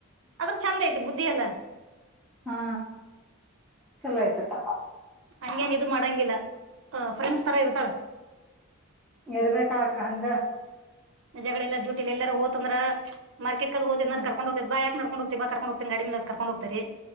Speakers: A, on the right; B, in the centre.
A: ಆದದ್ರ ಚೆಂದ ಐತಿ ಬುದ್ಧಿ ಎಲ್ಲ
B: ಹಾ ಚಲೋ ಆಯ್ತಕ್ಕ
A: ಹಂಗೇನ್ ಇದು ಮಾಡಂಗಿಲ್ಲ ಫ್ರೆಂಡ್ಸ್ ತರಾ ಇರುತ್ತಳ
B: ಇರರುವೆ ಕಾಳಕ್ಕ ಹಂಗ
A: ಜಜಗಳಲ್ಲ ಜ್ಯೂಟಿಲ್ಲಿ ಎಲ್ಲರ ಹೋತ್ ಅಂದ್ರ ಮಾರ್ಕೆಟ್ ಕದ ಹೋ
B: ಹ್ಮ್
A: ಅ್ರ ಕಕೊಂಡೋಗತತಿ ಬಾ ಯಾಕ್ ಮಾಡ್ ೊಂಡ ಹ್ತಾ ಕರ್ಕೊಂಡ ಹೋಗ್ೀ ಗಡಿ ಮ ಕರ್ಕೊಂಡ ಹೋಗತೀರಿ